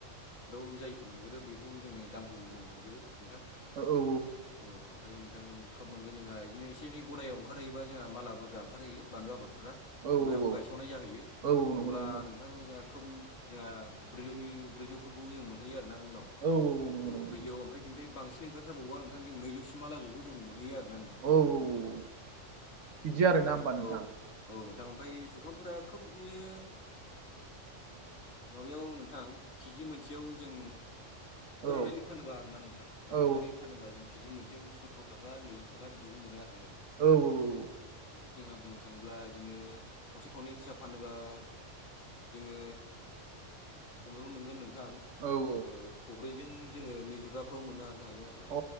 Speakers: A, on the left; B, on the right.
A: दाउ जायो मोनगोरो बेखौ जोङो दामखौ जों मोनगोरो नोंथां
B: औ औ
A: औ ओमफ्राय नोंथां खोब मोनगोन जोंहा बिदिनो एसे एनै गदायाव ओंखारहैयोबा जोंहा माला बुरजा ओंखारहैयो बानलु आबादफोरा
B: औ
A: बयहाबो
B: औ
A: गायसावनाय जाहैयो
B: औ नंगौ
A: अब्ला
B: नंगौ
A: नों नोंथां जोंहा खोबजोंहा ब्रैजौनि ब्रैजौफोरखौ जों मोनहैयो आरोना उनाव
B: औ औ नंगौ
A: औ
B: नंगौ
A: ब्रैजौ ओमफ्राय बेनिफ्राय बांसिन ओंखारथारबावोबा नोंथां जों नैजौसिमहालागैखौ जों मोनहैयो आरोना
B: औ औ बिदि आरोना होमबा नोंथां
A: औ औ नोंथां ओमफ्राय जुखामफोरा खोब बिदिनो माबायाव नोंथां केजि मोनसेयाव जों फोराननानै
B: औ
A: फानोबा आरोना नोंथां राहोनानै
B: औ
A: फानोबा जों केजि मोनसेयाव सथ्र' थाखा नैजि थाखा बिदिखौ मोनो आरोना नोंथां
B: औ औ
A: जोंहा बुंनो थाङोब्ला बिदिनो थसे थनै हिसाब फानोब्ला जोङो खमैबो मोन गोन नोंथां
B: औ
A: ओ
B: औ
A: थब्रैजों जोङो नैजिबाफ्राव मोनो आरो हायो मानो
B: अ